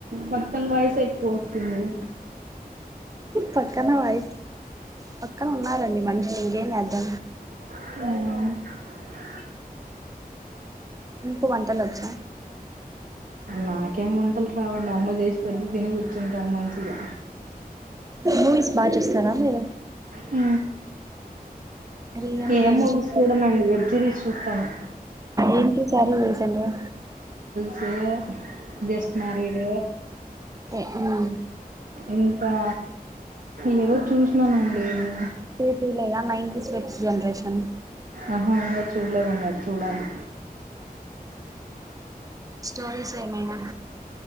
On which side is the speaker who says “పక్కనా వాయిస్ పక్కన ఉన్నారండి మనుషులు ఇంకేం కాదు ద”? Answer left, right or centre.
Right